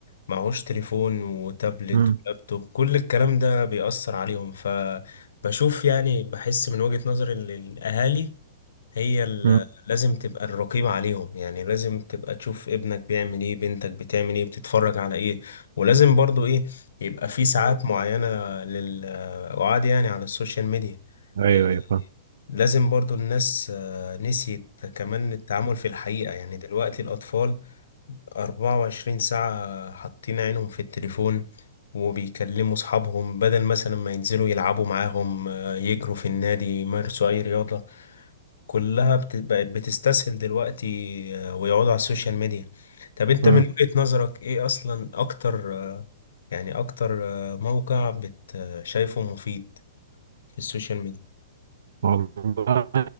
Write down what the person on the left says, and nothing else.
معهوش تليفون وتابلت
ولابتوب كل الكلام ده بيأثر عليهم ف بشوف يعني بحس من وجهة نظري ان الأهالي هي ال-
لازم تبقى الرقيب عليهم يعني لازم تبقى تشوف ابنك بيعمل ايه بنتك بتعمل ايه بتتفرج على ايه ولازم برضو ايه يبقى في ساعات معينة للقعاد يعني على السوشيال ميديا
يعني
لازم برضو الناس آه، نسيت كمان التعامل في الحقيقة يعني دلوقتي الأطفال 24 ساعة حاطين عينهم في التليفون وبيكلموا أصحابهم بدل مثلا ما ينزلوا يلعبوا معاهم آه، يجروا في النادي يمارسوا أي رياضة كلها بت- بقت بتستسهل دلوقتي آه، ويقعدوا على السوشيال ميديا طب انت
من وجهة نظرك ايه اصلا اكتر آه، يعني اكتر آه، موقع بت آه، شايفه مفيد في السوشيال ميديا